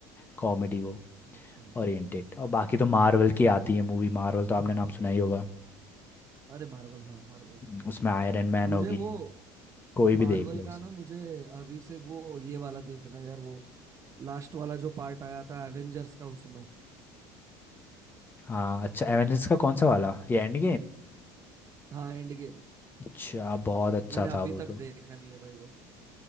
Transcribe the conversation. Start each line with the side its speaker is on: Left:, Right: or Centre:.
Left: कॉमेडी वो
Right: अच्छा
Left: ओरिएंटेड और बाकी तो मार्वल की आती है मूवी मार्वल तो आपने नाम सुना ही होगा
Right: अरे मार्वल हाँ मार्वल
Left: हम्म,
Right: पता है
Left: उसमें आयरन मैन
Right: मुझे
Left: होगी
Right: वो
Left: कोई भी
Right: मार्वल
Left: देख लो
Right: का
Left: उस-
Right: ना मुझे अभी से वो ये वाला देखना है यार वो लास्ट वाला जो पार्ट आया था एवेंजर्स का उसमें
Left: हाँ अच्छा एवेंजर्स का कौन सा वाला ये एंड
Right: हाँ एंड गेम
Left: अच्छा बहुत अच्छा
Right: मैंने अभी
Left: था वो तो
Right: तक देखा नहीं है भाई वो